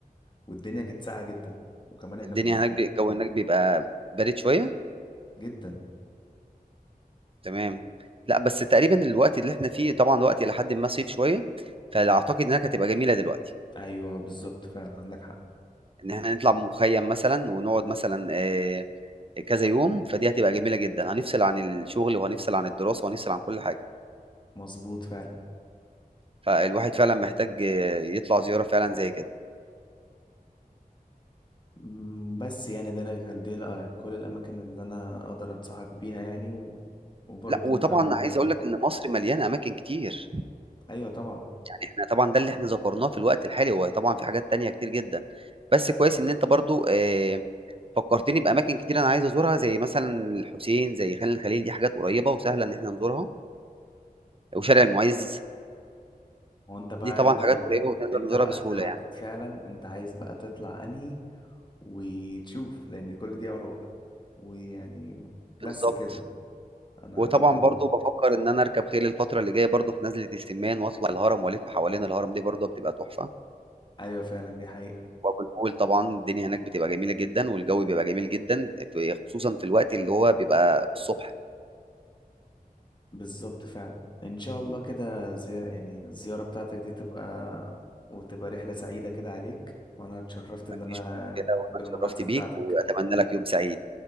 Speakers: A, on the left (about 30°); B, on the right (about 35°).
A: والدنيا كانت ساقعه جدا وكمان احنا
B: الدنيا
A: كنا في
B: هناك الجو هناك بيبقى بارد شويه
A: جدا
B: تمام لا بس تقريبا الوقت اللي احنا فيه طبعا وقت الى حد ما صيف شويه فاعتقد انها هتبقى جميله دلوقتي
A: ايوه بالظبط فعلا عندك حق
B: ان احنا نطلع مخيم مثلا ونقعد مثلا آه، كذا يوم فدي هتبقى جميله جدا هنفصل عن الشغل وهنفصل عن الدراسه وهنفصل عن كل حاجه
A: مظبوط فعلا
B: فالواحد فعلا محتاج آه، يطلع زياره فعلا زي كده
A: أمم، بس يعني ده انا كان دي الأ- كل الاماكن اللي انا اقدر انصحك بيها يعني و... وبرضه
B: لا وطبعا
A: انت ممكن
B: عايز اقول لك ان مصر مليانه اماكن كتير
A: ايوه طبعا
B: يعني احنا طبعا ده اللي احنا ذكرناه في الوقت الحالي هو طبعا في حاجات تانية كتير جدا بس كويس ان انت برضو آه، فكرتني باماكن كتير انا عايز ازورها زي مثلا الحسين زي خان الخليل دي حاجات قريبه وسهله ان احنا نزورها وشارع المعز
A: هو انت بقى
B: دي طبعا
A: انت ال...
B: حاجات قريبه ونقدر
A: انت
B: نزورها
A: بقى
B: بسهوله
A: تحدد
B: يعني
A: فعلا انت عايز بقى تطلع انهي وتشوف لان كل دي اراء ويعني بس
B: بالظبط
A: كده انا
B: وطبعا
A: طبعا
B: برضو بفكر ان انا اركب خيل الفتره اللي جايه برضو في نزله السمان واطلع الهرم والف حوالين الهرم دي برضو بتبقى تحفه
A: ايوه فعلا دي حقيقة
B: وابو الهول طبعا الدنيا هناك بتبقى جميله جدا والجو بيبقى جميل جدا في خصوصا في الوقت اللي هو بيبقى الصبح
A: بالظبط فعلا ان شاء الله كده زي... يعني الزيارة بتاعتك دي تبقى وتبقى رحلة سعيدة كده عليك وانا اتشرفت
B: مفيش
A: ان انا
B: مشكله وانا
A: بالمحادثة
B: اتشرفت بيك
A: بتاعتك
B: واتمنى لك يوم سعيد